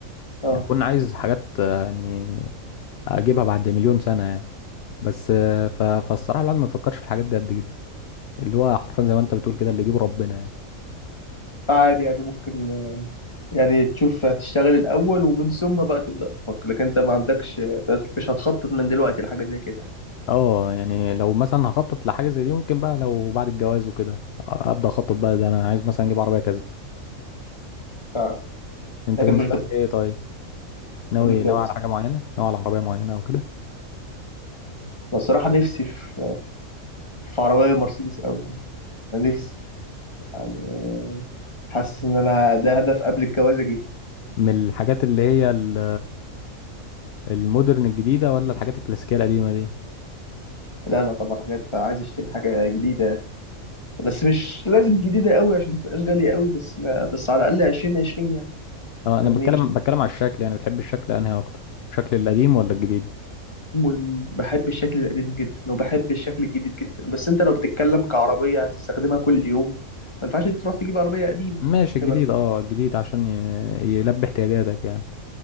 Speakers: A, on the left; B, on the left.
A: اه
B: يعني كنت عايز حاجات آه، يعني اجيبها بعد مليون سنه يعني بس آه، ف... فالصراحه الواحد ما بيفكرش في الحاجات دي قد كده اللي هو حرفيا زي ما انت بتقول كده اللي يجيبه ربنا يعني
A: عادي يعني ممكن آه، يعني تشوف هتشتغل الأول ومن ثم بقى تبدأ تفكر لكن انت ما عندكش مش هتخطط من دلوقتي لحاجة زي كده يعني
B: اه يعني لو مثلا هخطط لحاجه زي دي ممكن بقى لو بعد الجواز وكده ابدا اخطط بقى ده انا عايز مثلا اجيب عربيه كذا
A: فعلا
B: انت
A: لكن
B: بالنسبه
A: مش بتفكر
B: لك ايه طيب ناوي
A: قبل الجواز
B: ناوي على حاجه معينه ناوي على عربيه معينه او كده
A: بس الصراحة نفسي في في عربية مرسيدس أوي يعني أنا نفسي يعني حاسس ان انا ده هدف قبل الجواز اجيبه
B: من الحاجات اللي هي ال- المودرن الجديده ولا الحاجات الكلاسيكيه القديمه دي
A: لا لا طبعا حاجات عايز اشتري حاجه جديده يعني بس مش لازم جديده قوي عشان ما تبقاش غاليه قوي بس ما بس على الاقل 20 20 يعني
B: اه انا
A: فاهمني
B: بتكلم
A: مش
B: بتكلم على الشكل يعني بتحب الشكل انهي اكتر شكل القديم ولا الجديد
A: والم- بحب الشكل القديم جدا وبحب الشكل الجديد جدا بس انت لو بتتكلم كعربيه هتستخدمها كل يوم ما ينفعش تروح تجيب عربيه قديم
B: ماشي الجديد
A: هيبقى
B: اه الجديد عشان ي- يلبي احتياجاتك يعني